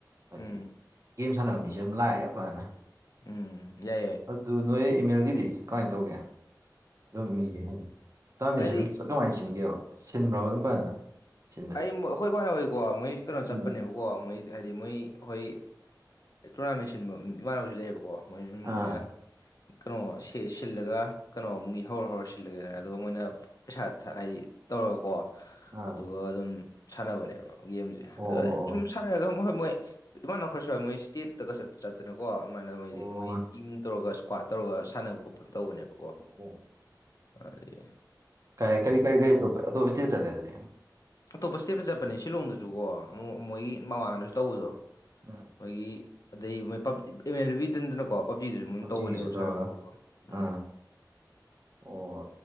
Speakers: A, on the right; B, on the left.
A: ꯍꯥꯏꯗꯤ
B: ꯎꯝ
A: ꯒꯦꯝ ꯁꯥꯟꯅꯕ ꯃꯤꯁꯨ ꯑꯗꯨꯝ ꯂꯥꯛꯑꯦ ꯐꯖꯅ
B: ꯎꯝ ꯌꯥꯏ ꯌꯥꯏ
A: ꯑꯗꯨ ꯅꯣꯏ ꯑꯦꯃꯦꯜꯒꯤꯗꯤ ꯀꯃꯥꯏꯅ ꯇꯧꯒꯦ ꯑꯗꯨꯝ ꯃꯤꯒꯦ ꯍꯥꯏꯗꯤ ꯇꯔꯃꯤꯁꯦ
B: ꯍꯥꯏꯗꯤ
A: ꯑꯗꯨꯝ ꯀꯃꯥꯏꯅ ꯁꯤꯟꯒꯦꯕ ꯁꯤꯟꯕ꯭ꯔꯕ ꯑꯗꯨꯝ ꯐꯖꯅ ꯁꯤꯟꯕꯗꯤ
B: ꯑꯩ ꯑꯩꯈꯣꯏ ꯏꯃꯅ ꯑꯣꯏꯀꯣ ꯃꯣꯏ ꯀꯩꯅꯣ
A: ꯎꯝ
B: ꯆꯠꯄꯅꯦꯕꯀꯣ ꯃꯣꯏ ꯍꯥꯏꯗꯤ ꯃꯣꯏ ꯑꯩꯈꯣꯏ ꯇꯣꯔꯅꯥꯃꯦꯟ ꯁꯤꯟꯕ ꯏꯃꯥꯟꯅꯕꯁꯨ ꯂꯩꯌꯦꯕꯀꯣ ꯃꯣꯏꯁꯨ
A: ꯑꯥ
B: ꯃꯣꯏꯅ ꯀꯩꯅꯣ ꯁꯤꯜꯂꯒ ꯀꯩꯅꯣ ꯃꯤ ꯍꯧꯔ ꯍꯧꯔ ꯁꯤꯜꯂꯒꯦꯗꯅ ꯑꯗꯣ ꯃꯣꯏꯅ ꯄꯩꯁꯥ ꯍꯥꯏꯗꯤ ꯇꯧꯔꯒꯀꯣ
A: ꯑ
B: ꯑꯗꯨꯒ ꯑꯗꯨꯝ ꯁꯥꯟꯅꯕꯅꯦꯕ ꯒꯦꯝꯁꯦ
A: ꯑꯣ
B: ꯑꯗꯨ
A: ꯑꯣ ꯑꯣ
B: ꯁꯨꯝ ꯁꯥꯟꯅꯔꯒ ꯍꯣꯏ ꯃꯣꯏ ꯏꯃꯥꯟ ꯈꯔꯁꯨ ꯍꯥꯏ ꯃꯣꯏ ꯏꯁ꯭ꯇꯦꯠꯇꯒ ꯆꯠꯇꯅꯀꯣ ꯑꯗꯨꯃꯥꯏꯅ ꯃꯣꯏꯗꯤ
A: ꯑꯣ
B: ꯃꯣꯏ ꯇꯤꯝ ꯇꯧꯔꯒ ꯏꯁꯀ꯭ꯋꯥꯠ ꯇꯧꯔꯒ ꯁꯥꯟꯅꯕ ꯈꯣꯠꯄ ꯇꯧꯕꯅꯦꯕꯀꯣ
A: ꯑꯣ
B: ꯑꯗꯒꯤ
A: ꯀ ꯀꯔꯤ ꯀꯔꯤ ꯀꯔꯤ ꯑꯇꯣꯄ ꯑꯇꯣꯞꯄ ꯁꯤꯗ ꯆꯠꯂꯦ ꯑꯗꯨꯗꯤ ꯌꯥꯝ
B: ꯑꯇꯣꯞꯄ ꯁ꯭ꯇꯦꯠꯇ ꯆꯠꯄꯅꯦ ꯁꯤꯂꯣꯡꯗꯁꯨꯀꯣ ꯑꯃꯨ ꯃꯣꯏꯒꯤ ꯃꯃꯥꯡꯗꯁꯨ ꯇꯧꯕꯗꯣ
A: ꯎꯝ
B: ꯃꯣꯏꯒꯤ ꯑꯗꯩ ꯃꯕꯤꯗꯗꯅꯀꯣ ꯄꯞꯖꯤꯗꯨꯁꯨ ꯃꯣꯏꯝ
A: ꯄꯞꯖꯤꯒꯤꯁꯨ
B: ꯇꯧꯕꯅꯦꯕ
A: ꯇꯧꯔꯒ
B: ꯁꯥꯟꯅꯕ ꯈꯣꯠꯄ ꯎꯝ
A: ꯑꯥ ꯑꯣ